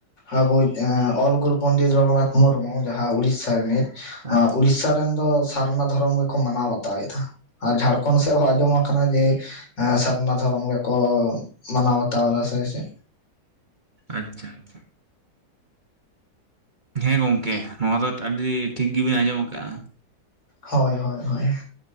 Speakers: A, on the left (about 80°); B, on the right (about 30°).
A: ᱟᱵᱚᱭᱤᱡ ᱚᱞ ᱜᱩᱨᱩ ᱯᱚᱱᱰᱤᱛ ᱨᱚᱜᱷᱩᱱᱟᱛᱷ ᱢᱩᱨᱢᱩ ᱡᱟᱦᱟᱸ ᱩᱲᱤᱥᱥᱟ ᱨᱤᱱᱤᱡ
B: ᱟᱪᱪᱷᱟ
A: ᱩᱲᱤᱥᱥᱟ ᱨᱮᱱ ᱫᱚ ᱥᱟᱨᱱᱟ ᱫᱷᱚᱨᱚᱢ ᱜᱮᱠᱚ ᱢᱟᱱᱟᱣ ᱵᱟᱛᱟᱣ ᱮᱫᱟ, ᱟᱨ ᱡᱷᱟᱲᱠᱷᱚᱸᱰ ᱥᱮᱫ ᱦᱚᱸ ᱟᱸᱡᱚᱢ ᱟᱠᱟᱱᱟ ᱡᱮ ᱚᱱᱟ ᱫᱷᱚᱨᱚᱢ ᱜᱮᱠᱚ ᱢᱟᱱᱟᱣ ᱵᱟᱛᱟᱣ ᱮᱫᱟ ᱦᱳᱭ ᱥᱮ,
B: ᱟᱪᱪᱷᱟ ᱟᱪᱪᱷᱟ ᱦᱮᱸ ᱜᱚᱝᱠᱮ ᱱᱚᱣᱟ ᱫᱚ ᱟᱹᱰᱤ ᱴᱷᱤᱠ ᱜᱮᱵᱤᱱ ᱟᱸᱡᱚᱢ ᱟᱠᱟᱫᱟ᱾
A: ᱦᱳᱭ ᱦᱳᱭ ᱦᱳᱭ